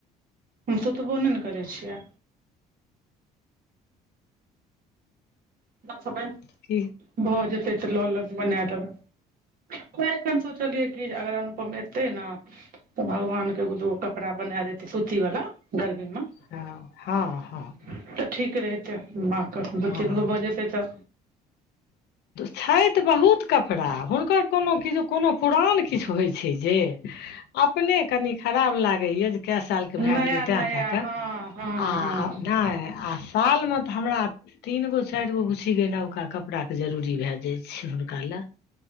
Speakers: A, on the right; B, on the left.
A: हम सुतबो नै ने करै छियै <unintelligible>
B: कि
A: भऽ जेतै तऽ लऽ लेबे बना देबै त एखन <unintelligible> सोचलियै कि अगर अनुपम एतै ने तऽ भगवान के द कपड़ा बना देते सूती वाला गर्मी मे
B: हँ हँ
A: तऽ
B: हँ
A: ठीक रहेतै माँ के दूगो
B: हँ
A: तीन गो भऽ जेतै तऽ
B: छैत बहुत कपड़ा हुनकर कोनो किछ कोनो पुरान किछु होइ छै जे अपने कनी खराब लाग भए गेलै
A: नया नया
B: तैं क क
A: हँ हँ
B: आ
A: हँ
B: नहि आ साल मे तऽ हमरा तीन गो चारि गो गुछी गय नबका कपड़ा के जरूरी भए जाइ छै छै हुनका लै <unintelligible>